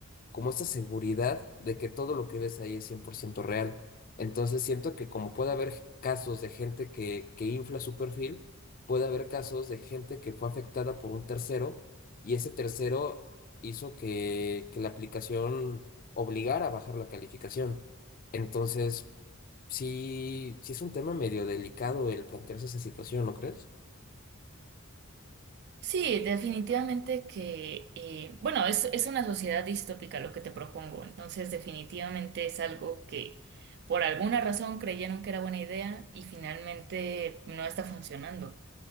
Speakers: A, on the left; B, on the right.
A: como esta seguridad de que todo lo que ves ahí es 100% real. Entonces siento que como puede haber casos de gente que, que infla su perfil, puede haber casos de gente que fue afectada por un tercero y ese tercero hizo que, que la aplicación obligara a bajar la calificación. Entonces, sí, sí es un tema medio delicado el plantearse esa situación, ¿no crees?
B: Sí, definitivamente que, eh, bueno, es, es una sociedad distópica lo que te propongo, entonces definitivamente es algo que por alguna razón creyeron que era buena idea y finalmente no está funcionando.